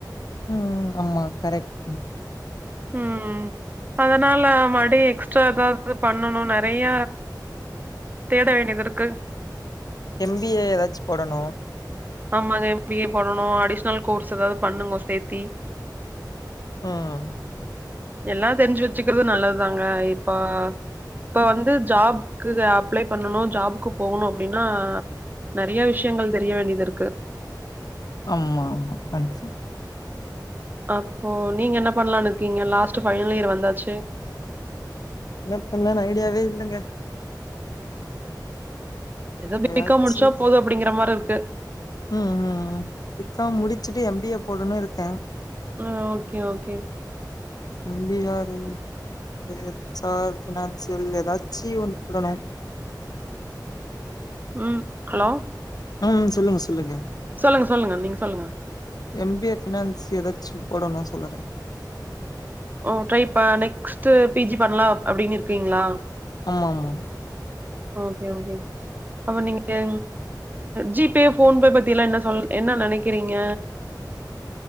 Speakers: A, on the left; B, on the right.
A: ம் ஆமா கரெக்ட்
B: ம் அதனால மடி எக்ஸ்ட்ரா ஏதாது பண்ணணு ந நறைய தேட வேண்டியது இருக்கு
A: எம்பிஏ ஏதாச்சு போடணு
B: ஆமாங்க எம்பிஏ போடணு அடிஷ்னல் கோர்ஸ் ஏதாது பண்ணுங்க சேத்தி
A: ம்
B: எல்லா தெரிஞ்சு வச்சுக்றது நல்லதுதாங்க இப்ப இப்ப வந்து ஜாப் க்குக்கு அப்ளை பண்ணணு ஜாப்கு போகணு அப்டின்னா நெறைய விஷயங்கள் தெரிய வேண்டியது இருக்கு
A: ஆமா ஆமா தேங்ஸ்
B: அப்போ நீங்க என்ன பண்லானு இருக்கீங்க லாஸ்ட் ஃபைனல் இயர் வந்தாச்சு
A: என்ன பண்ணன் ஐடியாவே இல்லங்க
B: ஏதோ பீகாம்
A: ஏதாச்சு
B: முடிச்சா போது அப்டிங்கிற மாரி இர்க்கு
A: ம் ம் பிகாம் முடிச்சுட்டு எம்பிஏ போடுனு இருக்க
B: ம் ஓகே ஓகே
A: எம்பிஆரு எச்ஆர் பினான்சியல் ஏதாச்சி ஒன்னு போடணு
B: ம் ஹலோ
A: ம் சொல்லுங்க சொல்லுங்க
B: சொல்லுங்க சொல்லுங்க நீங் சொல்லுங்க
A: எம்பிஏ ஃபினான்ஸ் ஏதாச்சு போடணு சொல்லுற
B: ஓ ட்ரை ப நெக்ஸ்ட் பிஜி பண்லா அப்டினு இருக்கீங்ளா
A: ஆமா ஆமா
B: ஓகே ஓகே அப நீங்க ஜிபே போன்பே பத்தி எல்லா என்ன சொல் என்ன நெனக்கிறீங்க